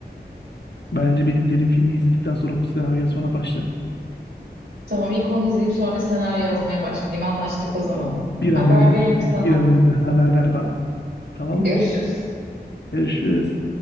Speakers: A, on the left (about 75°); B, on the right (about 75°).
A: Bence benim dediğim filmi izledikten sonra bu senaryo yazmana başla.
B: Tamam ilk onu izleyeyim sonra da senaryo yazmaya başlayayım. Anlaştık o zaman.
A: Tamam. Bir
B: Haber
A: an önce,
B: veririm sana.
A: <laughs> bir an önce haber ver bana. Tamam.
B: Görüşürüz.
A: Görüşürüz.